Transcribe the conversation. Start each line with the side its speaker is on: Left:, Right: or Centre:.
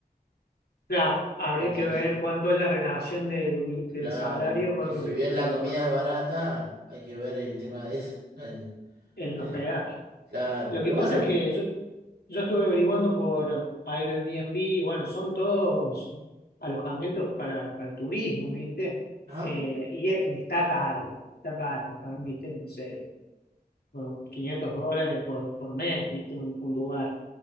Left: claro, habría
Right: ¿me entendés?
Left: que ver cuánto es la relación del,
Right: Claro,
Left: del salario con
Right: que si
Left: lo que,
Right: bien la
Left: lo-
Right: comida es barata, hay que ver el tema de eso. El,
Left: el
Right: el-
Left: hospedaje.
Right: claro,
Left: Lo
Right: pero
Left: que pasa
Right: bueno,
Left: que yo, yo estuve averiguando por Airbnb, y bueno, son todos alojamientos para, para turismo, ¿viste?
Right: ajá,
Left: Eh, y, e- y está caro, está caro, están, ¿viste? No sé, con 500 dólares por, por mes, ¿viste? Un, un lugar.